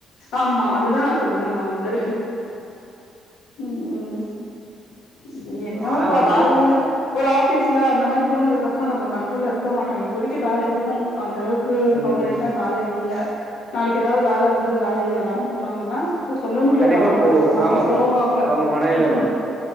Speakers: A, on the left; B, on the right.
A: ஆமா அதுதா நா சொல்லுவ நா வந்து. ம் ம் இது என்னவோபா
B: ஆனா வந்து
A: வேல ஒரு. ஆஃபீஸ்ல அந்த மாரி போனதுக்கு அப்பம நம்ம கண்ட்ரோல இருக்க மாட்டாங்க இப்போதைக்கு வேல எதுவு அந்த அளவுக்கு
B: ம்
A: பர்மனென்ட்டா
B: ம்
A: வேல இல்ல நாளைக்கக ஏதாது வேல வந்து வேலையில எல்லாரு போனாங்கன்னா. இப்ப சொல்ல முடியாது
B: கண்டிப்பா
A: அவுங்களோட
B: போ
A: போனாலு
B: ஆமா
A: போவாங்க
B: அவங்க மனநிலைமை
A: ம்